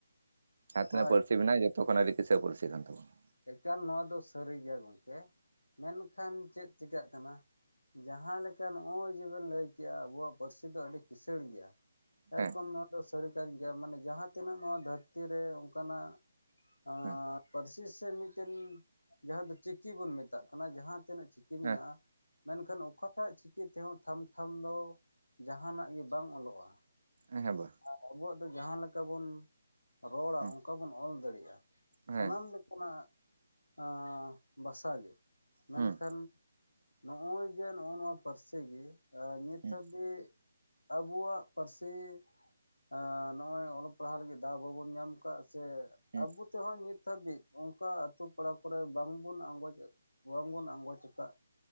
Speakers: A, on the right (about 45°); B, on the left (about 75°).
A: ᱡᱟᱦᱟᱸ ᱛᱤᱱᱟᱹᱜ
B: ᱦᱳᱭ
A: ᱯᱟᱹᱨᱥᱤ ᱢᱮᱱᱟᱜᱼᱟ ᱡᱚᱛᱚ ᱠᱷᱚᱱᱟᱜ ᱟᱹᱰᱤ ᱠᱤᱥᱟᱹᱬ ᱯᱟᱹᱨᱥᱤ ᱠᱟᱱ ᱛᱟᱵᱚᱱᱟ
B: ᱮᱠᱟᱞ ᱱᱚᱣᱟ ᱫᱚ ᱥᱟᱹᱨᱤ ᱜᱮᱭᱟ ᱜᱚᱝᱠᱮ ᱢᱮᱱᱠᱷᱟᱱ ᱪᱮᱫ ᱪᱮᱠᱟᱹᱜ ᱠᱟᱱᱟ ᱡᱟᱦᱟᱸ ᱞᱮᱠᱟ ᱱᱚᱜᱼᱚᱭ ᱡᱮᱵᱮᱱ ᱞᱟᱹᱭ ᱠᱮᱜᱼᱟ ᱟᱵᱚᱣᱟᱜ ᱯᱟᱹᱨᱥᱤ ᱫᱚ ᱟᱹᱰᱤ ᱠᱤᱥᱟᱹᱬ ᱜᱮᱭᱟ
A: ᱦᱮᱸ
B: ᱮᱠᱫᱚᱢ ᱱᱚᱣᱟ ᱫᱚ ᱥᱟᱹᱨᱤ ᱠᱟᱱ ᱜᱮᱭᱟ ᱢᱟᱱᱮ ᱡᱟᱦᱟᱸ ᱛᱤᱱᱟᱹᱜ ᱱᱚᱣᱟ ᱫᱷᱟᱹᱨᱛᱤ ᱨᱮ ᱚᱝᱠᱟᱱᱟᱜ ᱟᱸᱻ
A: ᱦᱮᱸ
B: ᱯᱟᱹᱨᱥᱤ ᱯᱟᱹᱨᱥᱤ ᱢᱤᱫᱴᱮᱱ ᱡᱟᱦᱟᱸ ᱫᱚ ᱪᱤᱠᱤ ᱵᱚᱱ ᱢᱮᱛᱟᱜ ᱠᱟᱱᱟ ᱡᱟᱦᱟᱸ ᱛᱤᱱᱟᱹᱜ ᱪᱤᱠᱤ
A: ᱦᱮᱸ
B: ᱢᱮᱱᱟᱜᱼᱟ ᱢᱮᱱᱠᱷᱟᱱ ᱚᱠᱟᱴᱟᱜ ᱪᱤᱠᱤ ᱛᱮᱦᱚᱸ ᱴᱷᱟᱢ ᱴᱷᱟᱢ ᱫᱚ ᱡᱟᱸᱦᱟᱱᱟᱜ ᱜᱮ ᱵᱟᱝ ᱚᱞᱚᱜᱼᱟ
A: ᱮᱸᱦᱮᱸᱜ ᱵᱟ
B: ᱟᱨ ᱟᱵᱚᱣᱟᱜ ᱫᱚ ᱡᱟᱦᱟᱸ ᱞᱮᱠᱟ ᱵᱚᱱ ᱨᱚᱲᱟ
A: ᱦᱩᱸ
B: ᱚᱱᱠᱟ ᱵᱚᱱ ᱚᱞ ᱫᱟᱲᱮᱭᱟᱜᱼᱟ
A: ᱦᱮᱸ
B: ᱥᱟᱱᱟᱢ ᱞᱮᱠᱟᱱᱟᱜ ᱮᱸᱻ ᱵᱷᱟᱥᱟ ᱜᱮ ᱢᱮᱱᱠᱷᱟᱱ
A: ᱦᱩᱸ
B: ᱱᱚᱜᱼᱚᱭ ᱡᱮ ᱱᱚᱜᱼᱚ ᱱᱚᱣᱟ ᱯᱟᱹᱨᱥᱤ ᱜᱮ ᱱᱤᱛ
A: ᱦᱩᱸ
B: ᱦᱟᱹᱵᱤᱡ ᱟᱵᱚᱣᱟᱜ ᱯᱟᱹᱨᱥᱤ ᱮᱸᱻ ᱱᱚᱜᱼᱚᱭ ᱚᱞᱚᱜ ᱯᱟᱲᱦᱟᱜ ᱞᱟᱹᱜᱤᱫ ᱫᱟᱣ ᱵᱟᱵᱚᱱ ᱧᱟᱢ ᱠᱟᱜ ᱥᱮ
A: ᱦᱩᱸ
B: ᱟᱵᱚ ᱛᱮᱦᱚᱸ ᱱᱤᱛ ᱦᱟᱹᱵᱤᱡ ᱚᱝᱠᱟ ᱟᱹᱛᱳ ᱯᱟᱲᱟ ᱠᱚᱨᱮ ᱵᱟᱝ ᱵᱚᱱ ᱟᱸᱜᱚᱡ ᱵᱟᱝ ᱵᱚᱱ ᱟᱸᱜᱚᱪ ᱠᱟᱜ